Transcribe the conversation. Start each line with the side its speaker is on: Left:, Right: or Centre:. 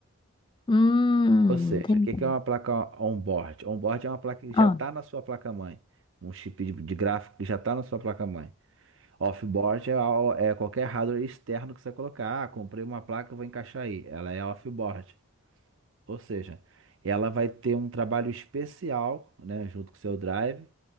Left: Hum,
Right: Ou seja,
Left: entendi.
Right: o que que é uma placa onboard? Onboard é uma placa que já
Left: Ah,
Right: está na sua placa-mãe. Um chip de, de gráfico que já está na sua placa-mãe. Offboard é, a- é qualquer hardware externo que você colocar. Ah, comprei uma placa, vou encaixar aí. Ela é offboard. Ou seja, ela vai ter um trabalho especial, né, junto com o seu drive,